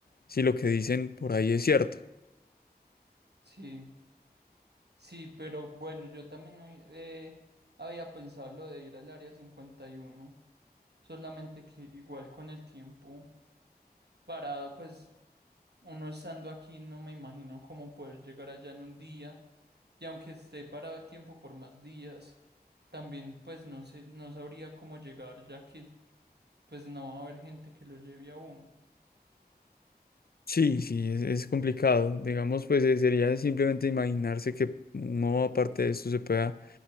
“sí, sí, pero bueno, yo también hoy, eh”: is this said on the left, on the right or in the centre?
Right